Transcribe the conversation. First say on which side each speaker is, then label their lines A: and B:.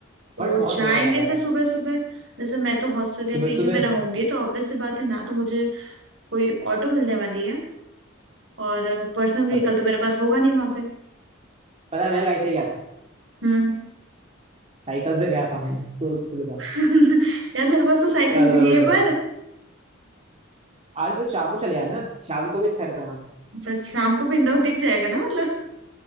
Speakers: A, on the right; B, on the right.
A: तो
B: बट बहुत
A: जाएं
B: बढ़िया
A: कैसे
B: जगह है
A: सुबह सुबह जैसे मैं तो हॉस्टल या
B: सुबह
A: पीजी
B: सुबह
A: में रहूंगी तो ऑब्वियस सी बात है ना तो मुझे कोई ऑटो मिलने वाली है और पर्सनल व्हीकल
B: पता
A: तो मेरे पास होगा नहीं वहां पे
B: पता है मैं कैसे गया था
A: हम्म
B: साइकिल से गया था मैं दोस्तों के साथ
A: <laughs> यार मेरे पास तो साइकिल
B: यार
A: भी नहीं
B: लवेंडर
A: है पर
B: अरे तो शाम को चले आना शाम को भी अच्छा रहता है हाँ
A: जस्ट शाम को भी इंदौर दिख जाएगा ना मतलब